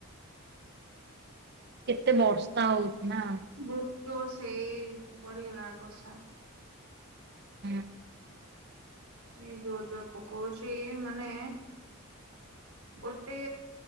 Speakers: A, on the right; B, on the right.
A: କେତେ ବର୍ଷା ହଉଚି ନା।
B: ବ ତୋର ସେଇ ବଢିଗଲା ବର୍ଷା।
A: ହୁଁ।
B: ଏ ଜୋର ଜୋର ପକଉଛି ମାନେ ଗୋଟେ